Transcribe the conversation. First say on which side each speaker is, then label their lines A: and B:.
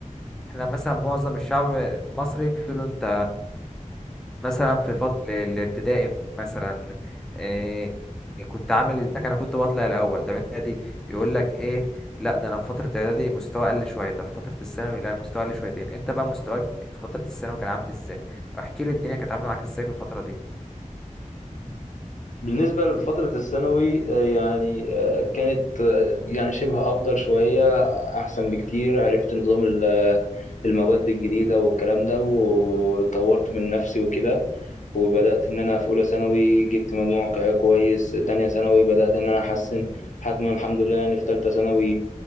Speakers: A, in the centre; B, on the left.
A: احنا مثلا معظم الشعب المصري له انت مثلا في فترة الابتدائي مثلا إيه كنت عامل ازيك انا كنت بطلع الاول طب انت دي يقول لك ايه لا ده انا في فترة اعدادي مستوى قل شوية طب في فترة الثانوي لا المستوى قل شويتين انت بقى مستواك في فترة الثانوي كان عامل ازاي احكي لي الدنيا كانت عاملة معاك ازاي في الفترة دي
B: بالنسبة لفترة الثانوي آه، يعني آه، كانت آه، يعني شبه أفضل شوية أحسن بكتير عرفت نظام ال- آه، المواد الجديدة والكلام ده وطورت من نفسي وكده وبدأت إن أنا في أولى ثانوي جبت مجموع ك- كويس تانية ثانوي بدأت إن أنا أحسن لحد ما الحمد لله يعني في تالتة ثانوي